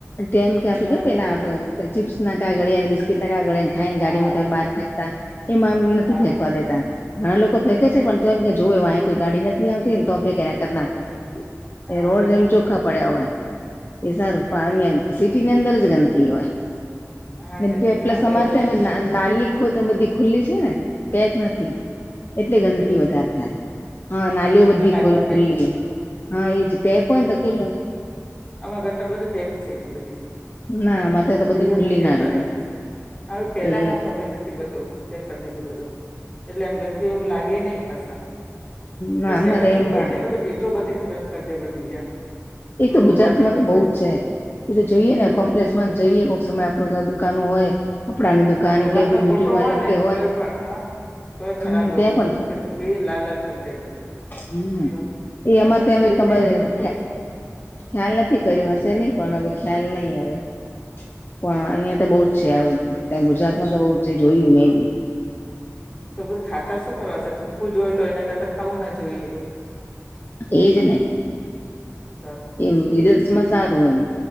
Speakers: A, on the left; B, on the left.
A: તેમ કે આતો
B: હા
A: જ પેલા બ ચીપ્સ ના કાગળિયા અને બિસ્કીટ ના કાગળિયા ખાઈન ગાડીમાં
B: હા
A: બહાર ફેંકતા એમાં એમ નથી
B: હા
A: ફેંકવા દેતા ઘણા લોકો ફેંકે છે, પણ તો એમ કે જોયો અહી કોઈ ગાડી નથી આવતી તો ફેકે નેકર ના ફેકે
B: હા
A: એ રોડ જેમ
B: બરોબર
A: ચોખ્ખા પડ્યા હોય એ સારું
B: હા
A: <unintelligible> તીની અંદર જ ગંદકી હોય
B: હા
A: ને
B: સ
A: પ્લ
B: હા
A: પ્લસ
B: બરોબર
A: અમારે તયા બ
B: કીધું
A: ના નાલી <unintelligible> બધી ખુલ્લી છે, ને
B: હમમ
A: પેક નથી એટલે ગંદકી
B: એવું
A: વધારે
B: છે
A: થાય હા નાલીઓ
B: એ
A: બધી
B: તો ના
A: ખુ
B: ગમે
A: ખુલ્લી હા એજ પેક હોય તો કેલ
B: આમાર ઘર બધું પેક છે, એ બધી
A: ના અમારે તો
B: ખુલ્લું
A: બધી ખુલ્લી
B: નથી
A: નાલી
B: અમારે હવે પેલા
A: એ
B: હતો હવે નથી બતો કરી દીધું બધું એટલે આમ ગંદકી એવું લાગે નય ખાસ આમ
A: ના
B: પ
A: અમારે
B: જે ત થૂકી
A: એમાં
B: ને બધી ભીતો બધી ખરાબ કરી દે બધી એમ
A: એ તો
B: રોડ
A: ગુજરાત
B: ઉપર ને
A: માં
B: બધું
A: તો બોવ
B: એ
A: છે, એટલે જોઈએ ને
B: તો
A: કોમ્પ્લેસ જઈએ કોક સમય આપણ દુકાનો હોય કપડાની દુકાન
B: હા ભગવાન
A: કે બ્યુટી
B: નો ફોટો
A: પાર્લર
B: હોય ને
A: કે
B: તોય પણ હા તોય ખરાબ
A: હમ
B: હોય
A: ત્યાં
B: બધું થુંકી થું કી લાલ લાલ કર દે બધું
A: હમ્મ
B: તો
A: એ અમાર ત્યા <unintelligible>
B: એજ નહી મે ગમતો
A: ખ્યાલ નથી, કર્યો હશે નહીં પણ. હવે ખ્યાલ નહીં આવે, પણ અહિયાં તો બઉ જ છે આવું ત્યાં ગુજરાત માં તો બઉ છે, જોયું મેં બી.
B: તો પછી ખાતા શું કરવાશે? થૂકવું જ હોય તો એને કરતા ખાવું ના જોઈએ.
A: એજ ને,
B: તો
A: એમ વિદેશમાં સારું એમ.